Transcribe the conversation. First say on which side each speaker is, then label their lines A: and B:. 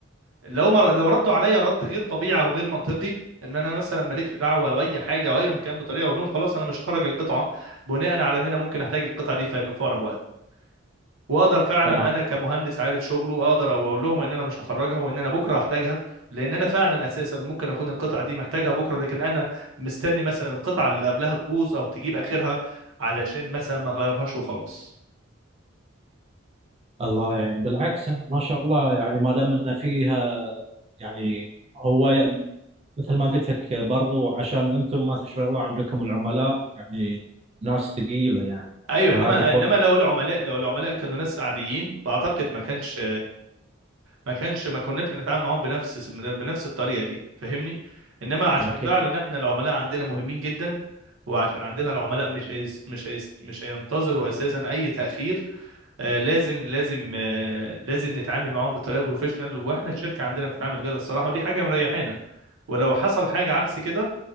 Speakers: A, on the right (about 80°); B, on the right (about 30°).
A: لو ما لو ردوا عليا رد غير طبيعي او غير منطقي ان انا مثلا ماليش دعوه باي حاجه او ايا كان بطريقه اقول لهم خلاص انا مش هخرج القطعه بناء على ان انا ممكن احتاج القطعه دي في في اقرب وقت واقدر فعلا
B: تمام
A: انا كمهندس عارف شغله اقدر اقول لهم ان انا مش هخرجها وان انا بكره هحتاجها لان انا فعلا اساسا ممكن اكون القطعه دي محتاجها بكره لكن انا مستني مثلا القطعه اللي قبلها تبوظ او تجيب اخرها علشان مثلا ما اغيرهاش وخلاص
B: الله يعني بالعكس يعني ما شاء الله يعني ما دام ان فيها يعني هو ي- مثل ما قلت لك برضو عشان انتم ما تشاء الله عندكم العملاء يعني ناس ثقيله يعني
A: ايوه
B: فهذا
A: انما
B: كويس
A: انما لو العملاء لو العملاء كانوا ناس عاديين بعتقد ما كانش ما كانش ما كناش هنتعامل معاهم بنفس بنفس الطريقه دي فاهمني انما عشان
B: أكيد
A: فعلا احنا العملاء عندنا مهمين جدا وعشان عندنا العملاء مش هيس مش هيس مش هينتظروا اساسا اي تاخير آه، لازم لازم آه، لازم نتعامل معاهم بطريقه بروفيشنال واحنا الشركه عندنا بتتعامل كده الصراحه ودي حاجه مريحانا ولو حصل حاجه عكس كده